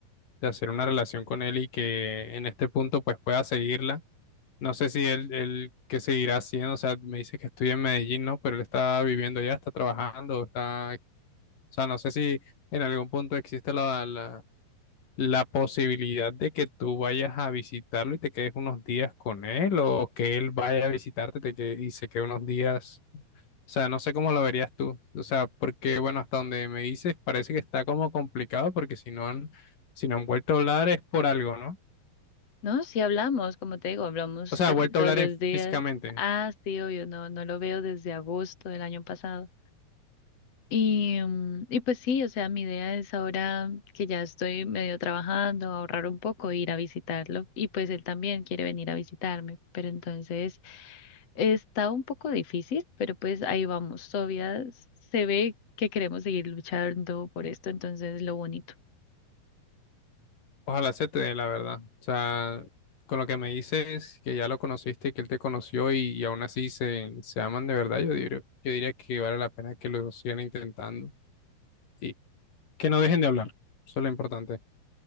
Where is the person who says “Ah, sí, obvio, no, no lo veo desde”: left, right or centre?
Left